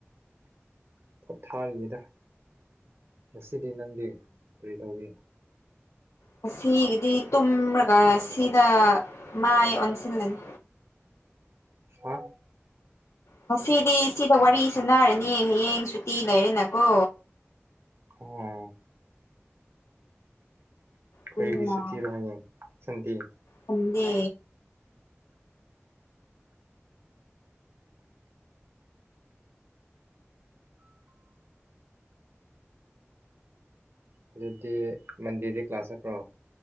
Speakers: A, on the right (about 55°); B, on the left (about 80°).
A: ꯄꯣꯊꯥꯔꯤꯗ ꯉꯁꯤꯗꯤ ꯅꯪꯗꯤ ꯀꯔꯤ ꯇꯧꯔꯤ
B: ꯉꯁꯤꯒꯤꯗꯤ ꯇꯨꯝꯔꯒ ꯁꯤꯗ ꯃꯥꯏ ꯑꯣꯟꯁꯤꯜꯂꯅꯤ
A: ꯍꯥ
B: ꯉꯁꯤꯗꯤ ꯁꯤꯗ ꯋꯥꯔꯤ ꯁꯥꯟꯅꯔꯅꯤ ꯍꯌꯦꯡ ꯁꯨꯇꯤ ꯂꯩꯔꯦꯅꯀꯣ
A: ꯑꯣ ꯀꯔꯤꯒꯤ
B: ꯑꯗꯨꯅ
A: ꯁꯨꯨꯇꯤꯔꯣ ꯍꯌꯦꯡ ꯁꯟꯗꯦ
B: ꯁꯟꯗꯦ
A: ꯑꯗꯨꯗꯤ ꯃꯟꯗꯦꯗꯤ ꯀ꯭ꯂꯥꯁ ꯆꯠꯄ꯭ꯔꯣ